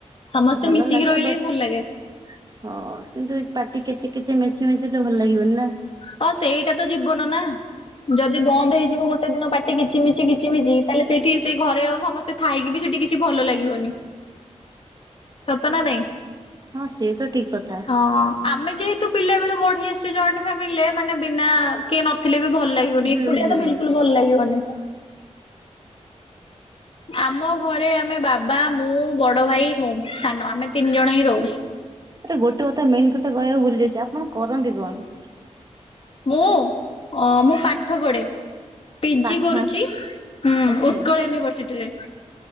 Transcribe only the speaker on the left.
ସମସ୍ତେ
ମିଶିକି
ରହିଲେ
ହିଁ ଭଲ ଲାଗେ
ହଁ ସେଇଟା ତ ଯିବନ ନା। ଯଦି ବନ୍ଦ ହେଇଯିବ ଗୋଟେ ଦିନ ପାଟି କିଚି ମିଚି କିଚି ମିଚି ତାହେଲେ ସେଇଠି ସେଇ ଘରେ ଆଉ ସମସ୍ତେ ଥାଇକି ବି ସେଠି କିଛି ଭଲ ଲାଗିବନି। ସତ ନା ନାଇଁ
ହଁ। ଆମେ ଯେହେତୁ ପିଲା ବେଳୁ ବଢି ଆସିଛୁ ଜଏଣ୍ଟ ଫ୍ୟାମିଲିରେ ମାନେ ବିନା କିଏ ନଥିଲେ ବି ଭଲ ଲାଗେ ଏକୁଟିଆ
ତ ବିଲକୁଲ୍
ଭଲ ଲାଗିବନି। ଆମ ଘରେ ଆମେ ବାବା ମୁଁ ବଡ ଭାଇ ମୁଁ ସାନ ଆମେ ତିନି ଜଣ ହିଁ ରହୁ।
ମୁଁ ଅ ମୁଁ ପାଠ ପଢେ। ପିଜି
କରୁଛି ହୁଁ
ଉତ୍କଳ ୟୁନିଭରସିଟିରେ।